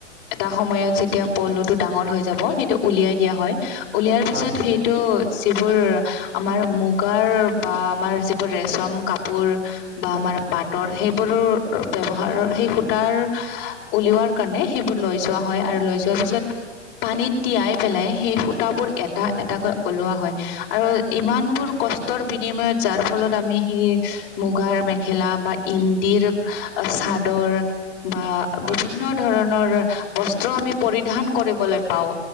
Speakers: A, on the left; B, on the right.
A: এটা সময়ত যেতিয়া পলুটো ডাঙৰ হৈ যাব সেইটো উলিয়াই দিয়া হয়। উলিয়াৰ পিছত
B: হয়
A: সেইটো যিবোৰ আমাৰ মুগাৰ - বা আমাৰ যিবোৰ ৰেচম কাপোৰ - বা আমাৰ পাটৰ সেইবোৰৰ ব্যৱহাৰৰ সেই সূতাৰ - উলিওৱাৰ কাৰণে সেইবোৰ লৈ যোৱা হয় আৰু লৈ যোৱাৰ পিছত - পানীত তিয়াই পেলাই সেই সূতাবোৰ এটা
B: হয়
A: এটাকৈ - ওলোৱা হয় আৰু ইমান বোৰ কষ্টৰ বি নিময়ত যাৰ ফলত আমি সেই মুগাৰ মেখেলা বা ইন্দিৰক চাদৰ - বা
B: হয়
A: বিভিন্ন ধৰণৰ বস্ত্ৰ আমি পৰিধান কৰিবলে পাও।